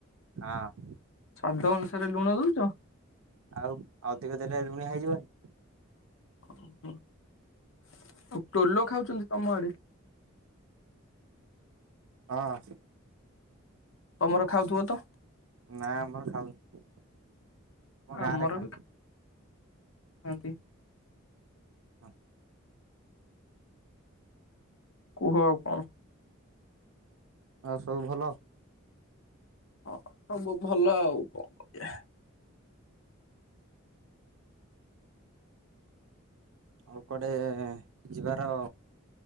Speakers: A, on the right; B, on the left.
A: ହଁ ଅଁ
B: ସ୍ଵାଦ ଅନୁସାରେ ଲୁଣ ଦଉଛ?
A: ଆଉ ଅଧିକ ଦେଲେ ଲୁଣିଆ ହେଇଯିବନି?
B: ଓହୋ। ଆଉ ଟୋଲ ଖାଉଛନ୍ତି ତମ ଆଡେ?
A: ହଁ
B: ତମର ଖାଉଥିବ ତ?
A: ନାଁ ଆମର ଖାଉନୁ। ଆମ ଗାଁରେ
B: ଆମର
A: ଖାଆନ୍ତି
B: ବି ଖାଆନ୍ତି।
A: ହଁ।
B: କୁହ ଆଉ କଣ?
A: ଆଉ ସବୁ ଭଲ?
B: ହଁ ସବୁ ଭଲ ଆଉ କଣ କରିବା।
A: ଆଉ କୁଆଡେ ଯିବାର